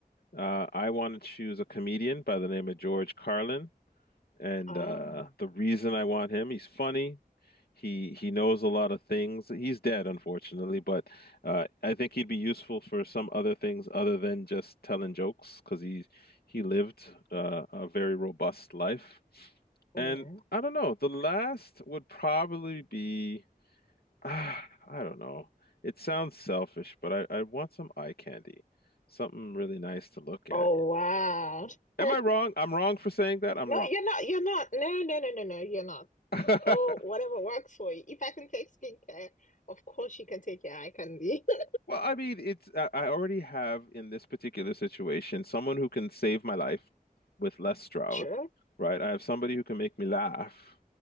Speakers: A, on the left; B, on the left.
A: uh, I want to choose a comedian by the name of George Carlin, and
B: Oh,
A: uh, the reason I want him, he's funny. He he knows a lot of things. He's dead, unfortunately, but uh, I think he'd be useful for some other things other than just telling jokes, because he he lived uh, a very robust life.
B: yeah.
A: And I don't know, the last would probably be. <sighs> Ah, I don't know. It sounds selfish, but I, I want some eye candy. Something really nice to look
B: Oh,
A: at.
B: wow.
A: Am
B: <laughs>
A: I wrong? I'm wrong for saying that. I'm
B: No,
A: wrong.
B: you're not. You're not. No, no, no, no, no. You're not.
A: <laughs>
B: Oh, whatever works for you. If I can take skincare, of course you can take your eye candy. <laughs>
A: Well, I mean, it's I I already have in this particular situation someone who can save my life with Les Stroud,
B: Sure,
A: right? I have somebody who can make me laugh